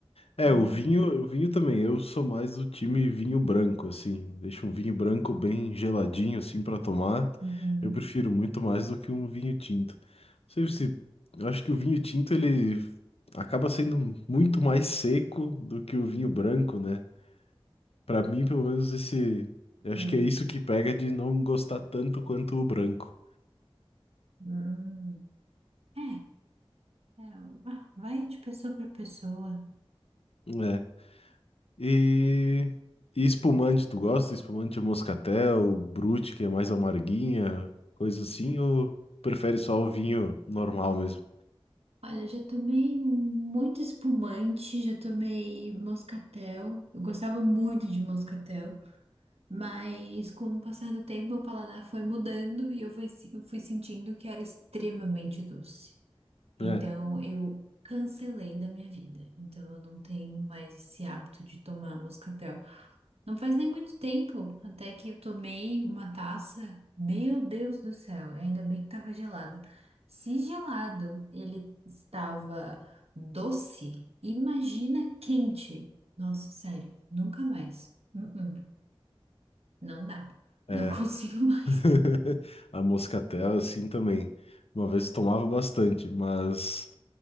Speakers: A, on the left; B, on the right.
A: É,
B: Hum.
A: o vinho, o vinho também. Eu sou mais do time vinho branco, assim. Deixa um vinho branco bem geladinho, assim, pra tomar.
B: Uhum.
A: Eu prefiro muito mais do que um vinho tinto. Não Sei se, eu acho que o vinho tinto ele acaba sendo muito mais seco do que o vinho branco, né? Pra mim, pelo menos esse, eu acho
B: Hum.
A: que é isso que pega de não gostar tanto quanto o branco.
B: Hum. É, é, ah, vai de pessoa para pessoa.
A: É. E, e espumante, tu gosta? Espumante moscatel, brute, que é mais amarguinha, coisa assim, ou prefere só o vinho normal mesmo?
B: Olha, já tomei muito espumante, já tomei moscatel. Eu gostava muito de moscatel, mas com o passar do tempo, o paladar foi mudando e eu fui, eu fui sentindo que era extremamente doce. Então
A: É,
B: eu cancelei da minha vida. Então eu não tenho mais esse hábito de tomar moscatel. Não faz nem muito tempo até que eu tomei uma taça. Meu Deus do céu, ainda bem que estava gelado. Se gelado ele estava doce, imagina quente. Nossa, sério, nunca mais. Uh-uh, Não dá.
A: é.
B: Não <laughs> consigo mais.
A: <laughs> A moscatel, assim também. Uma vez eu tomava bastante, mas